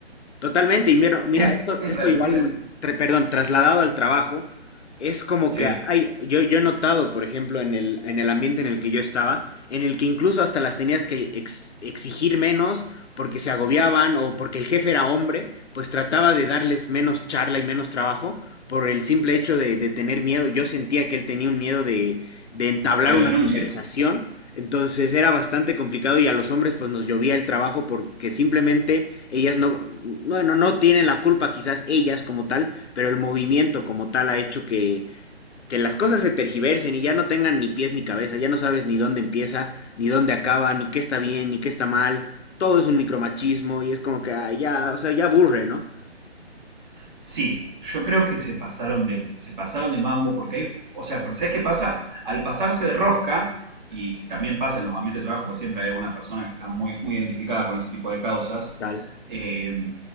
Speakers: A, on the left; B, on the right.
A: Totalmente, y mira,
B: <laughs>
A: mira,
B: Es
A: esto, esto
B: una locura.
A: igual, tra- perdón, trasladado al trabajo, es como
B: Sí,
A: que hay, yo, yo he notado, por ejemplo, en el, en el ambiente en el que yo estaba, en el que incluso hasta las tenías que ex- exigir menos porque se agobiaban o porque el jefe era hombre, pues trataba de darles menos charla y menos trabajo por el simple hecho de, de tener miedo. Yo sentía que él tenía un miedo de, de entablar
B: que lo
A: una
B: denuncien.
A: conversación entonces era bastante complicado y a los hombres pues nos llovía el trabajo porque simplemente ellas no, bueno, no tienen la culpa quizás ellas como tal, pero el movimiento como tal ha hecho que, que las cosas se tergiversen y ya no tengan ni pies ni cabeza, ya no sabes ni dónde empieza, ni dónde acaba, ni qué está bien, ni qué está mal, todo es un micromachismo y es como que ah, ya, o sea, ya aburre, ¿no?
B: Sí, yo creo que se pasaron de, se pasaron de mambo porque hay, o sea, pero ¿sabes qué pasa? Al pasarse de rosca, y que también pasa en los ambientes de trabajo, pues siempre hay alguna persona que está muy, muy identificada con ese tipo de causas,
A: total
B: eh,